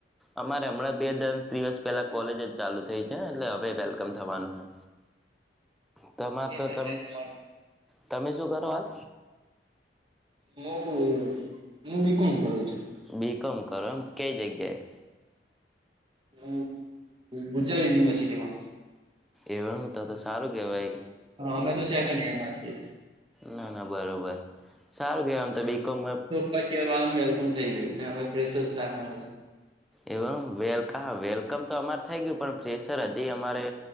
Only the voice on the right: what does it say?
એટલે
તમારું
હું હું બી કોમ કરું છું.
હ ગુજરાત યુનિવર્સિટી માં.
હા અમે તો સેકન્ડ ઈયર માં છીએ.
વાનું વેલકમ થઈ ગયું ને હવે ફ્રેશસ રાખવાનું છે.